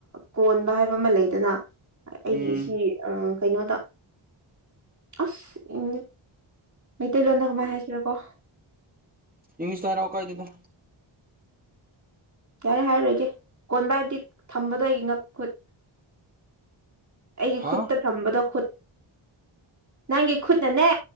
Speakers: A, on the right; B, on the right.
A: ꯀꯣꯟꯕ ꯍꯥꯏꯕ ꯑꯃ ꯂꯩꯗꯅ ꯑꯩꯒꯤꯁꯤ
B: ꯎꯝ
A: ꯀꯩꯅꯣꯗ ꯑꯁ ꯃꯩꯇꯩꯂꯣꯟꯗ ꯀꯃꯥꯏꯅ ꯍꯥꯏꯁꯤꯅꯀꯣ
B: ꯍꯃꯤꯁꯋꯥꯔ ꯅꯎ ꯀꯥꯏꯗꯗ
A: ꯌꯥꯔꯦ ꯍꯥꯏꯔꯣꯏꯒꯦ ꯀꯣꯟꯕ ꯍꯥꯏꯕꯗꯤ ꯊꯝꯕꯗꯒꯤ ꯉꯛ ꯈꯨꯨꯠ ꯑꯩꯒꯤ
B: ꯍꯥ
A: ꯈꯨꯠꯇ ꯊꯝꯕꯗꯣ ꯈꯨꯠ ꯅꯪꯒꯤ ꯈꯨꯠꯅꯅꯦ